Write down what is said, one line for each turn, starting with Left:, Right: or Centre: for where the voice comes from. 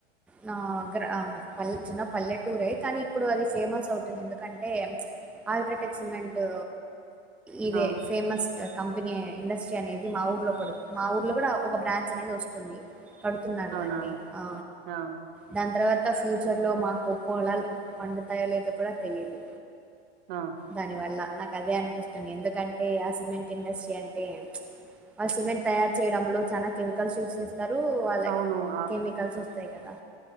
Centre: నా గ్రా పల్ చిన్న పల్లెటూరే, కానీ ఇప్పుడు అది ఫేమస్ అవుతుంది ఎందుకంటే? అల్ట్రాటెక్ సిమెంటు ఇదే
Right: ఆ
Centre: ఫేమస్ క కంపెనీ ఇండస్ట్రీ అనేది మా ఊర్లో పడు. మా ఊర్లో కూడా ఒక బ్రాంచ్ అనేది వస్తుంది. కడుతున్నారు
Right: అవునా
Centre: దాన్ని ఆ
Right: ఆ
Centre: దాని తర్వా త ఫ్యూచర్లో మాకు పొలాలు పండుతాయలేదో కూడా తెలీదు?
Right: ఆ
Centre: దాని వల్ల నాకు అదే అనిపిస్తుంది, ఎందుకంటే ఆ సిమెంట్ ఇండస్ట్రీ అంటే ఆ సిమెంట్. తయారు చేయడంలో చాలా కెమికల్స్ యూజ్స్ చేస్తారు, అలా
Right: అవును ఆ
Centre: కెమికల్స్ వస్తాయి. కదా